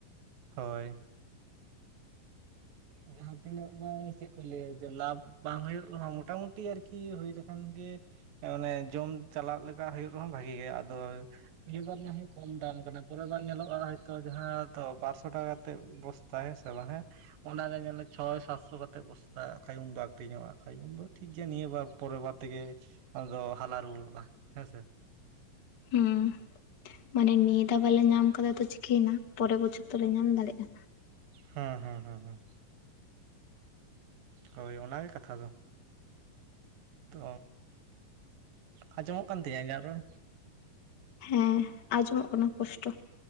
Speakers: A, on the right (about 75°); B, on the left (about 50°).
A: ᱦᱳᱭ ᱾ ᱡᱟᱦᱟᱸ ᱛᱤᱱᱟᱹᱜ ᱵᱟᱝ ᱪᱮᱜ ᱠᱚ ᱞᱟᱹᱭᱟ ᱡᱮ ᱞᱟᱵᱷ ᱵᱟᱝ ᱦᱩᱭᱩᱜ ᱨᱮ ᱦᱚᱸ ᱢᱚᱴᱟᱢᱩᱴᱤ ᱟᱹᱨᱠᱤ ᱦᱩᱭ ᱞᱮᱠᱷᱟᱱ ᱜᱮ ᱮᱸ ᱚᱱᱮ ᱡᱚᱢ ᱪᱟᱞᱟᱜ ᱞᱮᱠᱟ ᱦᱳᱭᱳᱜ ᱨᱮᱦᱚᱸ ᱵᱷᱟᱜᱤ ᱜᱮ ᱟᱫᱚ ᱱᱤᱭᱟᱹ ᱵᱟᱨ ᱡᱟᱦᱟᱸ ᱠᱚᱢ ᱫᱟᱢ ᱠᱟᱱᱟ, ᱯᱚᱨᱮ ᱵᱟᱨ ᱧᱮᱞᱚᱜ-ᱟ ᱦᱚᱭ ᱛᱚ ᱡᱟᱦᱟᱸ ᱫᱚ ᱵᱟᱨᱥᱚ ᱴᱟᱠᱟ ᱛᱮ ᱵᱚᱥ ᱛᱟ ᱦᱮᱸ ᱥᱮ ᱵᱟᱝ ᱦᱮᱸ? ᱚᱱᱟ ᱜᱮ ᱧᱮᱞ ᱢᱮ ᱪᱷᱚᱭ ᱥᱟᱛᱥᱚ ᱠᱟᱛᱮᱜ ᱵᱚᱥᱛᱟ ᱠᱷᱟᱡ ᱩᱱᱫᱚ ᱟᱴᱤᱧ ᱧᱚᱜ-ᱟ ᱠᱷᱟᱡ ᱩᱱᱫᱚ ᱴᱷᱤᱠ ᱜᱮᱭᱟ ᱱᱤᱭᱟᱹ ᱵᱟᱨ ᱾ ᱯᱚᱨᱮᱨ ᱵᱟᱨ ᱛᱮᱜᱮ, ᱟᱫᱚ ᱦᱟᱞᱟ ᱨᱩᱭᱟᱹᱲᱜ-ᱟ ᱦᱮᱸ ᱥᱮ᱾
B: ᱦᱩᱸ ᱢᱟᱱᱮ ᱱᱤᱭᱟᱹ ᱫᱷᱟᱣ ᱵᱟᱞᱮ ᱧᱟᱢ ᱠᱟᱫᱟ ᱛᱚ ᱪᱤᱠᱟᱹᱭ ᱱᱟ, ᱯᱚᱨᱮᱨ ᱵᱚᱪᱷᱚᱨ ᱫᱚᱞᱮ ᱧᱟᱢ ᱫᱟᱲᱮᱜ-ᱟ᱾
A: ᱦᱮᱸ ᱦᱮᱸ ᱦᱮᱸ ᱦᱮᱸ᱾ ᱦᱳᱭ ᱚᱱᱟᱜᱮ ᱠᱟᱛᱷᱟ ᱫᱚ᱾ ᱛᱚ ᱟᱸᱡᱚᱢᱚᱜ ᱠᱟᱱ ᱛᱤᱧᱟᱹ ᱤᱧᱟᱹᱜ ᱨᱚᱲ?
B: ᱦᱮᱸ ᱟᱸᱡᱚᱢᱚᱜ ᱠᱟᱱᱟ ᱯᱚᱥᱴᱚ᱾